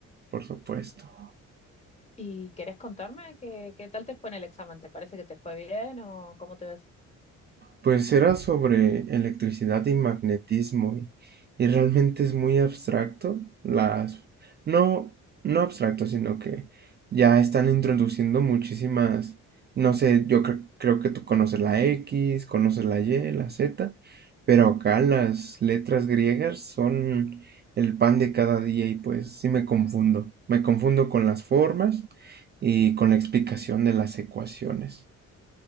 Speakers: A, on the right; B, on the left.
A: por supuesto.
B: ¿Y querés contarme qué, qué tal te fue en el examen? ¿Te parece que te fue bien o cómo te ves?
A: Pues era sobre electricidad y magnetismo y, y realmente es muy abstracto. Las, no, no abstracto, sino que ya están introduciendo muchísimas, no sé, yo cre- creo que tú conoces la X, conoces la Y, la Z, pero acá las letras griegas son el pan de cada día y pues sí me confundo. Me confundo con las formas y con la explicación de las ecuaciones.